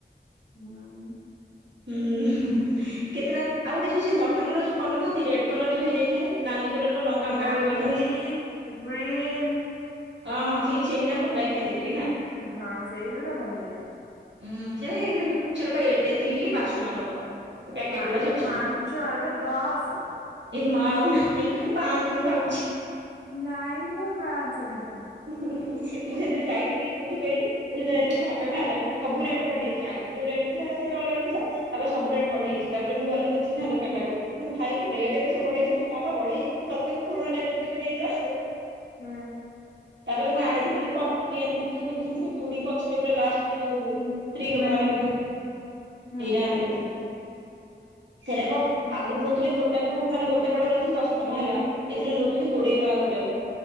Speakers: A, on the left; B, on the right.
A: ହୁଁ।
B: ହୁଁ କେତେଟା ଆଉ ଗୋଟେ ଯୋଉ ସେ ମଟର ର ଯୋଉ କରିନଥାନ୍ତି ରେଡ କଲର ଯୋଉ ହେଇଯାଇଥାଏ। ନାଲି କଲର ର ଲଙ୍କା ମଙ୍କା
A: ନାଲି
B: ପକେଇକି କରିଥିବେ।
A: ଗ୍ରୀନ୍।
B: ହଁ ହଁ ସେଇ ସେଇାରା ଭଲ ଲାଗେ ଖାଇଦେ ଟିକେ ନା।
A: ହଁ ସେଇଗୁଡ଼ା ଭଲ ଲାଗେ।
B: ହୁଁ ସେଟ ସେଟା ଏତିକି ଟିକେ ପାଞ୍ଚ ଟଙ୍କା ନବ। ପ୍ୟାକେଟ
A: ପା
B: ଗୁଡା ଛୋଟ ଛୋଟ
A: ପାଞ୍ଚ ଏବେ ଦଶ।
B: ଏ ମା ଆଉ ନାହିଁ କିଲୋ ପାଞ୍ଚ ମୁଁ ଭାବୁଛି।
A: ନାଇଁ ଲୋ ପାଞ୍ଚ ନାହିଁ।
B: ମୁଁ ସେଥୀରେ ଯାଇଥିଲି କୋଉଠିକି କହିଲୁ ମୁଁ ସେତେଳେ ଯାଇଥିଲି ଘାଟ ଗାଁ ହେଲା ସବୁ ରେଟ୍ ବଢ଼ିଯାଇଛି
A: ହୁଁ
B: ଆଗ ଯୋଉ ରେଟ୍ ଥିଲା ସେ ଅଲଗା ଥିଲା ତାପରେ ସବୁ
A: ହୁଁ
B: ରେଟ୍ ବଢ଼ିଯାଇଛି ତାପରେ ମୁଁ ଗଲିି ମୋ ଚିହ୍ନା ଦୋକାନ ଟାକୁ। ଭାଇ କଣ
A: ହୁଁ
B: ରେଟ୍ ଏବେ ସବୁ ବଢ଼ିଯାଇଚି ହଁ ବା ବଢ଼ିଯାଇଚି କିନ୍ତୁ ତତେ ମୁଁ ପୁରୁଣା ରେଟ୍ ରେ ଦେବି ନେଇଯା।
A: ହୁଁ।
B: ତାପରେ ମୁଁ ଆଣିଥିଲି ଯୋଉ କତୁରୀ ଆଣିଥିଲି ଯୋଉ ପିନ୍ଧୁନଥିଲି ଚୁଡ଼ି ପଛରେ ପୁରା ଲାଷ୍ଟ ରେ। ଯୋଉ
A: ହୁଁ
B: ସ୍ତ୍ରୀ ଲୋକମାନେ
A: ହୁଁ ହୁଁ।
B: ପିନ୍ଧନ୍ତି ସେଇଟା
A: ହୁଁ
B: ଆଣି ଦେଇ ଥିଲି। ସେରାକ
A: ହୁଁ।
B: ଆଗରୁ ନଉଥିଲେ ଗୋଟା କୁ ମାନେ ଗୋଟେ ପଟ ନେଉଛନ୍ତି ଦଶ ଟଙ୍କା ହେଲା ଏଥର ନଉଛନ୍ତି କୋଡ଼ିଏ ଟଙ୍କା ଗୋଟାକୁ।